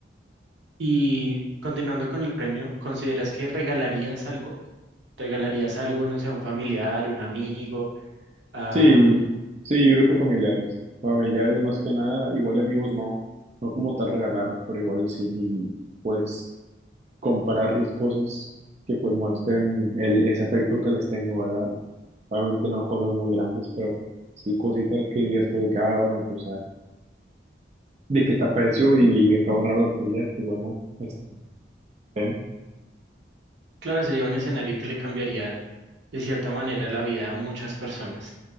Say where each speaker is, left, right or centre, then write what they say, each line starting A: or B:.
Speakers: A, on the right (about 80°); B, on the right (about 35°).
A: Y continuando con el premio, ¿consideras que regalarías algo? ¿Regalarías algo, no sé, a un familiar, un amigo? a-
B: Sí, sí, yo creo que familiares. Familiares más que nada, igual y amigos no, no como tal regalar, pero igual y sí, y, pues comparar las cosas que pues muestren el, ese afecto que les tengo, ¿verdad? Obviamente no cosas muy grandes, pero sí cositas que digas tú de que, ah, bueno, pues ah, de que te aprecio y acabo una lotería, pues bueno, este, ten.
A: Claro, sería un escenario que le cambiaría de cierta manera la vida a muchas personas.